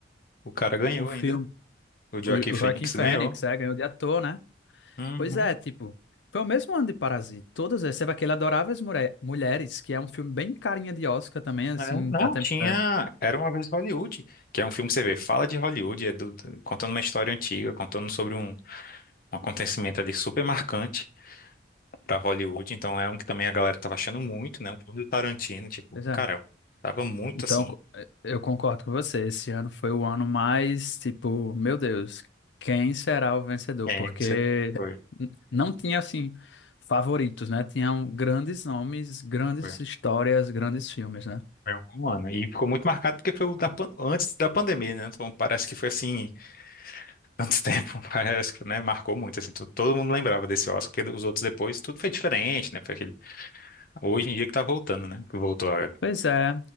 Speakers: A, on the left; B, on the left.
A: O cara ganhou
B: o filme,
A: ainda. O Joaquin
B: o, o
A: Phoenix
B: Joaquin Phoenix,
A: ganhou.
B: é, ganhou de ator, né?
A: Uhum.
B: Pois é, tipo, foi o mesmo ano de Parasita. Todas essas. Teve aquele Adoráveis Mure- Mulheres, que é um filme bem carinha de Oscar também, assim.
A: É, não,
B: Até,
A: tinha.
B: é,
A: Era uma vez em Hollywood, que é um filme que você vê, fala de Hollywood, é do- do- contando uma história antiga, contando sobre um, um acontecimento ali super marcante pra Hollywood. Então é um que também a galera tava achando muito, né? Um filme do Tarantino, tipo,
B: pois é.
A: cara, tava muito
B: Então,
A: assim.
B: co- é, eu concordo com você. Esse ano foi o ano mais, tipo, meu Deus, quem será o vencedor?
A: É,
B: Porque
A: isso aí foi.
B: n- não tinha, assim, favoritos, né? Tinham grandes nomes, grandes
A: Foi.
B: histórias, grandes filmes, né?
A: Foi um ano. E ficou muito marcado porque foi o da, pan- antes da pandemia, né? Então parece que foi assim, tanto tempo, <laughs> parece que, né? Marcou muito, assim, to- todo mundo lembrava desse Oscar, porque os outros depois tudo foi diferente, né? Foi aquele... Hoje em dia que tá voltando, né? Que voltou a...
B: Pois é,